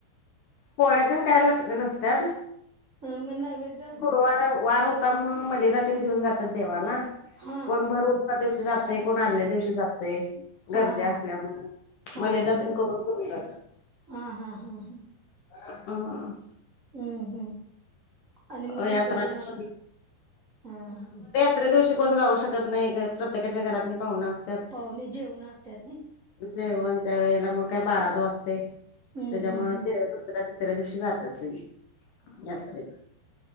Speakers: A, on the left; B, on the right.
A: पोळ्यातून काय <unintelligible> नसतात.
B: हम्म, मग नैवेद्य?
A: वार, वार होता म्हणून मलिदा तरी घेऊन जातात देवाला.
B: हा
A: कोण भर उरच्या दिवशी जातयं, कोण आल्या दिवशी जातय.
B: हा
A: गर्दी
B: हा
A: असल्यामुळे,
B: हा
A: मलिदा पण करून घेऊन जातात.
B: हा हा हा हा.
A: हम
B: हम्म हम्म. <inaudible> आणि मग
A: यात्रा
B: दुसऱ्या दिवशी.
A: तेन
B: <inaudible> हा हा.
A: दुसऱ्या दिवशी कोण जाऊ शकत नाही गं. प्रत्येकाच्या घरात म पाहुस अस
B: पाहुणे जेवण असतात नाही.
A: जेवण त्या वेळेला मग काय बाराज वाजते. <inaudible>
B: हम्म
A: त्याच्यामुळे
B: हम्म हम्म
A: ते दुसर तिसऱ्या दिवशी जात्यात सगळी यात्रेत.